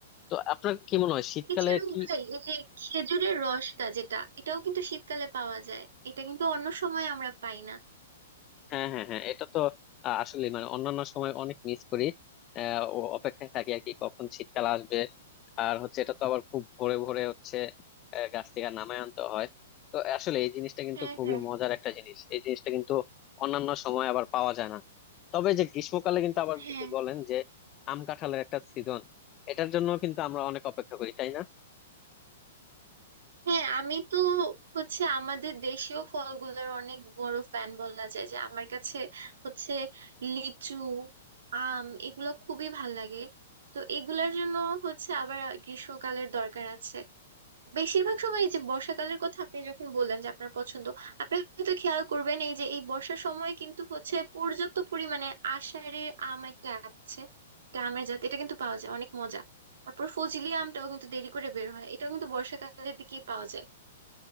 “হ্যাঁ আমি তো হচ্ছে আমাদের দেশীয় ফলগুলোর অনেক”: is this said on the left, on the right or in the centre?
Right